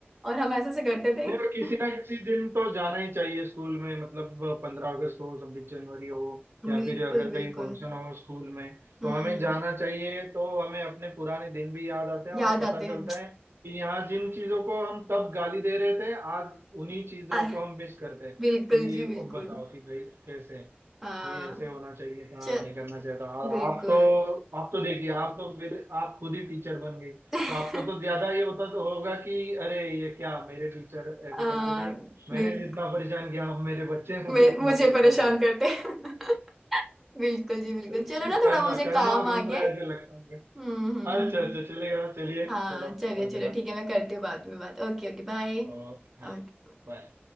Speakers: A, in the centre; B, on the right (about 75°).
A: और हम ऐसे से करते थे
B: नहीं और किसी
A: <laughs>
B: ना किसी दिन तो जाना ही चाहिए स्कूल में मतलब पंद्रह अगस्त हो छब्बीस जनवरी हो या
A: बिल्कुल
B: फिर अगर
A: बिल्कुल
B: कहीं फंक्शन हो स्कूल में
A: हम्म
B: तो हमें जाना चाहिए तो हमें अपने पुराने दिन भी याद आते हैं
A: याद
B: और पता
A: आते
B: चलता
A: हैं
B: है कि यहाँ जिन चीजों को हम तब गाली दे रहे थे आज उन्हीं चीजों
A: आ,
B: को हम मिस करते हैं
A: बिल्कुल
B: कि
A: जी बिल्कुल
B: अब बताओ कि भाई कैसे
A: आ,
B: ये ऐसे होना चाहिए था
A: चल
B: ये करना चाहिए था और
A: बिल्कुल
B: आप तो आप तो देखिए आप तो मेरे आप खुद ही टीचर बन गई तो
A: <laughs>
B: आपको तो ज्यादा ये होता तो होगा कि अरे ये क्या मेरे टीचर ऐसे
A: आ,
B: करते थे मैंने
A: बिल्कुल
B: जितना परेशान किया अब मेरे बच्चे मुझे
A: मे-
B: उतना
A: मुझे
B: परेशान
A: परेशान
B: करते
A: करते हैं। <laughs> बिल्कुल जी बिल्कुल
B: <laughs>
A: चलो ना
B: कर्मा
A: थोड़ा मुझे
B: कर्मा
A: काम
B: घूम
A: आ गया
B: रहा
A: है
B: है ऐसे लगता है मुझे।
A: हम्म हम्म
B: अच्छा
A: हम्म
B: अच्छा चलेगा चलिए
A: हाँ
B: चलो
A: चलिए
B: अलविदा
A: चलो ठीक है मैं करती हूँ बाद में बात Okay okay bye
B: ओके हाँ बाय